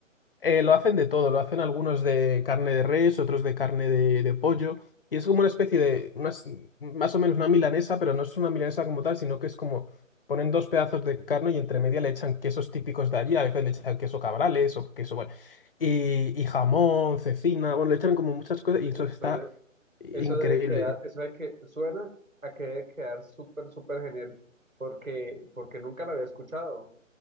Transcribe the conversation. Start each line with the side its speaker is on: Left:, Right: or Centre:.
Left: eh, lo hacen de todo, lo hacen algunos de carne de res, otros de carne de, de pollo, y es como una especie de, una s- más o menos una milanesa, pero no es una milanesa como tal, sino que es como ponen dos pedazos de carne y entre media le echan quesos típicos de allí, a veces le echan queso cabrales o queso, bueno, y, y jamón, cecina, bueno, le echan como muchas cosas y
Right: Uy,
Left: eso
Right: eso,
Left: está
Right: de-
Left: increíble.
Right: eso debe quedar, eso de que suena a que debe quedar súper, súper genial porque, porque nunca lo había escuchado.